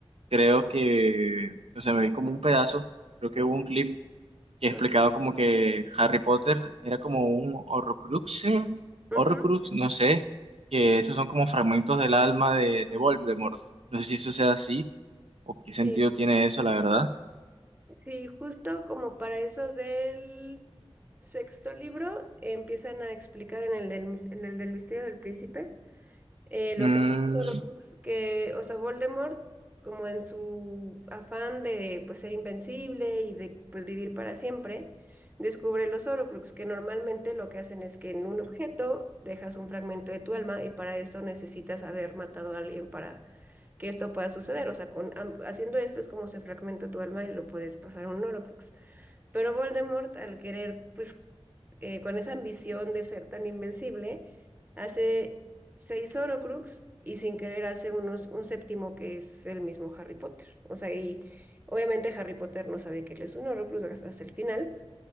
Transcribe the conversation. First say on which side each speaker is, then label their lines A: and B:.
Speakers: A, on the right; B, on the right.
A: creo que, o sea, me vi como un pedazo, creo que hubo un clip que explicaba
B: Ah,
A: como que Harry Potter era como un Horrocrux,
B: ujú,
A: Horrocrux, no sé, que esos son como fragmentos del alma de, de Voldemort. No sé si eso sea así o qué
B: Sí,
A: sentido tiene eso, la verdad.
B: sí, justo como para eso del sexto libro empiezan a explicar en el del, mis- en el del misterio del príncipe. Eh, lo
A: Mm,
B: que Horrocrux, que, o sea, Voldemort, como en su afán de pues ser invencible y de pues vivir para siempre, descubre los Horrocrux, que normalmente lo que hacen es que en un objeto dejas un fragmento de tu alma y para esto necesitas haber matado a alguien para que esto pueda suceder. O sea, con, am- haciendo esto es como se fragmenta tu alma y lo puedes pasar a un Horrocrux. Pero Voldemort, al querer pues eh, con esa ambición de ser tan invencible, hace seis Horcrux y sin querer hace unos, un séptimo que es el mismo Harry Potter. O sea, y obviamente Harry Potter no sabe que él es un Horcrux hasta hasta el final,